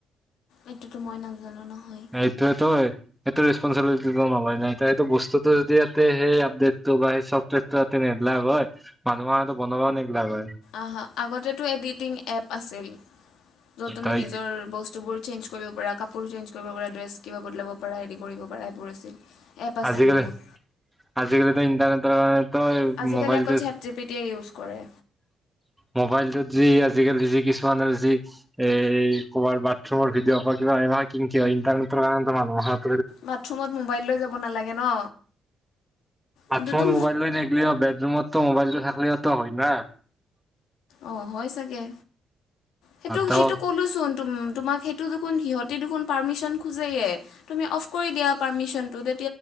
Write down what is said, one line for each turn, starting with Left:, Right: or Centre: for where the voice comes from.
Left: এইটোতো মই নাজানো নহয়
Centre: সেইটোয়ে তই এইটো ৰেচপনচিবিলিটি নলয় না এইটো বস্তুটো ইয়াতে সেই আপডেটটো বা চফৱেৰ ত তেনেগিলাক হয় মানুহৰটো বনাবও নেদিলাগ হয়
Left: আহা আগতেটো এডিটিং এপ আছিল য'ত তুমি
Centre: তই
Left: নিজৰ বস্তুবোৰ চেঞ্ কৰিব পাৰা কাপোৰ চেঞ্জ কৰিব পাৰা ড্ৰেছ কিবা বদলাব পাৰা হেৰি কৰিব পাৰা সেইবোৰ আছিল এপ আছে
Centre: আজিকালি
Left: বহুত
Centre: আজিকালি তো ইণ্টাৰনেটৰ
Left: আজিকালি
Centre: মোবাইলটো
Left: অকল চেটজিপিটিয়ে ইউজ কৰে
Centre: মোবাইলটোত যি আজিকালি যি কিছুমানৰ যি এই ক'ৰবাৰ বাথৰুমৰ ভিডিঅ' কিবাব কি কিবা ইণ্টাৰনেটৰ কাৰণে মানুহত
Left: বাথৰুমত মোবাইল লৈ যাব নালাগে ন
Centre: বাথৰুমত
Left: সেইটোতো
Centre: মোবাইল লৈ নেললেও বেডৰুমতো মোবাইলটো থাকলেও ত হয় না
Left: অ হয় চাগে সেইটো
Centre: ত
Left: সেইটো কত কলোচোন তোম তোমাক সেইটো দেখোন সিহঁতে দেখোন পাৰ্মিচন খোজেয়ে তুমি অফ কৰি দিয়া পাৰ্মিশনটো তেত